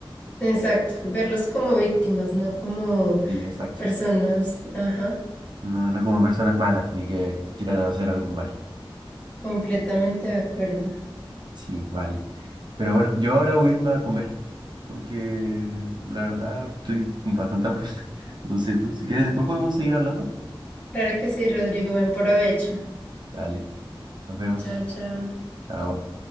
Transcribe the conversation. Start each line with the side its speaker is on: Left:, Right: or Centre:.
Left: Exacto, verlos como víctimas, no como
Right: Sí, exacto.
Left: personas. Ajá,
Right: No, no como personas malas, ni que quieran hacer algún mal.
Left: completamente de acuerdo.
Right: Sí, vale. Pero bueno, yo ahora voy a irme a comer. porque la verdad estoy con bastante hambre. <laughs> No sé tú. Si quieres, después podemos seguir hablando.
Left: Claro que sí, Rodrigo, buen provecho.
Right: Dale, nos vemos.
Left: Chao, chao.
Right: Chao.